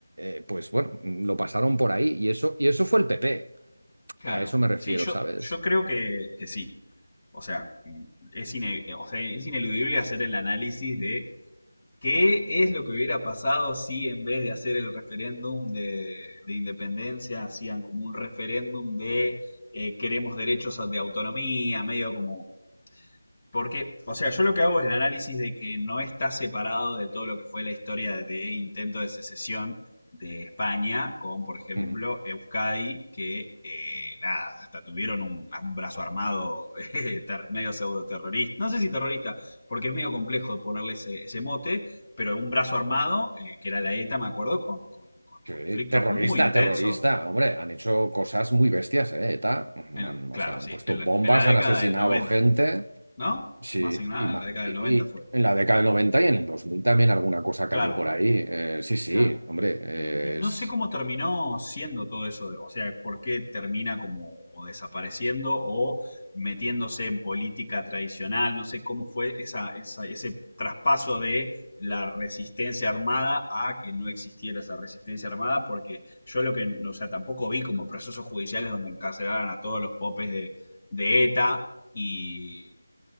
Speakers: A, on the right; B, on the left.
A: eh, pues bueno, mm, lo pasaron por ahí y eso, y eso fue el PP.
B: Claro.
A: A eso me refiero,
B: Sí, yo,
A: ¿sabes?
B: yo creo que, que sí. O sea, mm, es ine- o sea, es ineludible hacer el análisis de qué es lo que hubiera pasado si en vez de hacer el referéndum de, de independencia hacían como un referéndum de eh, queremos derechos de autonomía, medio como porque, o sea, yo lo que hago es el análisis de que no está separado de todo lo que fue la historia de intento de secesión de España con, por ejemplo,
A: Mm.
B: Euskadi, que eh, nada, hasta tuvieron un, un brazo armado <laughs> eh, ter- medio pseudo terrorista. No sé si terrorista, porque es medio complejo ponerle ese, ese mote, pero un brazo armado, eh, que era la ETA, me acuerdo, con, con- con
A: Sí,
B: conflictos
A: terrorista,
B: muy intensos.
A: terrorista, hombre, han hecho cosas muy bestias, ¿eh? ETA. Mm,
B: en-
A: han-
B: claro,
A: o sea, han
B: sí,
A: puesto
B: en la,
A: bombas,
B: en la década
A: han asesinado
B: del 90,
A: gente.
B: ¿no?
A: Sí,
B: Más que nada,
A: y, ma-
B: en la década
A: y-
B: del 90
A: y
B: fue.
A: en la década del 90 y en el 2000 también alguna cosa
B: Claro.
A: cayó por ahí. Eh, sí, sí,
B: Claro.
A: hombre, eh,
B: Y, y no
A: es...
B: sé cómo terminó siendo todo eso, de- o sea, por qué termina como o desapareciendo o metiéndose en política tradicional, no sé cómo fue esa, esa- ese traspaso de la resistencia armada a que no existiera esa resistencia armada, porque yo lo que, o sea, tampoco vi como procesos judiciales donde encarcelaran a todos los popes de, de ETA y,